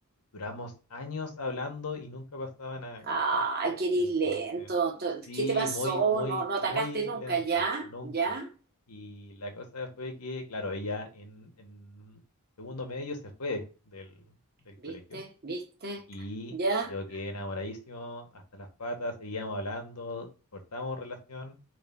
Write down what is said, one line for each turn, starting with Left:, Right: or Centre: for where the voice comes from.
Left: duramos años hablando y nunca pasaba nada,
Right: Ay,
Left: ¿cachai?
Right: qué eres
Left: Entonces,
Right: lento. to-
Left: sí,
Right: ¿Qué te pasó?
Left: muy, muy,
Right: No, no atacaste
Left: muy
Right: nunca,
Left: lento,
Right: ¿ya?
Left: nunca.
Right: ¿Ya?
Left: Y la cosa fue que, claro, ella en, en segundo medio se fue del, del
Right: ¿Viste?
Left: colegio
Right: ¿Viste?
Left: y
Right: ¿Ya?
Left: yo quedé enamoradísimo hasta las patas, seguíamos hablando, cortamos relación.